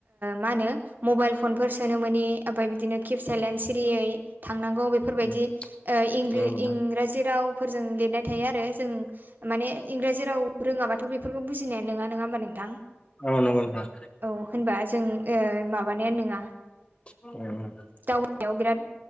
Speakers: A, on the right; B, on the left.
A: मा होनो मबाइल फनफोर सोनो मनि ओमफ्राय बिदिनो केब साइलेणड सिरियै थांनांगौ बेफोरबायदिं
B: उम उम
A: इंराजि राव फोरजों लिरनाय थायो आरो जों माने इंराजि राव रोङाबा थ' बेफोरखौ बुजिनाया नङा नङा होमबा नोंथां?
B: औ नंगौ नोंथां
A: औ होनबा जों माबानायानो नङा।
B: <inaudible>
A: दावबायनायाव बिराद